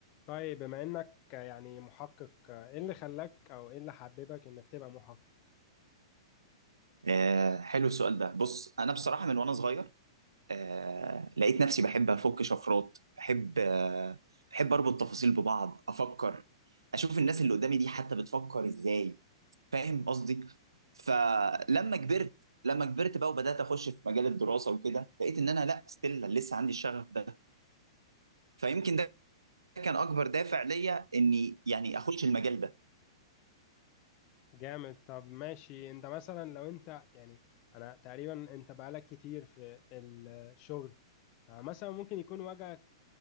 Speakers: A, on the left (about 40°); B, on the right (about 80°).
A: طيب بما انك يعني محقق ايه اللي خلاك او ايه اللي حببك انك تبقى محقق
B: آه حلو السؤال ده بص انا بصراحه من وانا صغير آه لقيت نفسي بحب افك شفرات بحب آه بحب اربط تفاصيل ببعض افكر اشوف الناس اللي قدامي دي حتى بتفكر ازاي فاهم قصدي فلما كبرت لما كبرت بقى وبدات اخش في مجال الدراسه وكده لقيت ان انا لا ستيل لسه عندي الشغف ده فيمكن ده كان اكبر دافع ليا اني يعني اخش المجال ده
A: جامد طب ماشي انت مثلا لو انت يعني انا تقريبا انت بقالك كتير في الشغل فمثلا ممكن يكون واجهك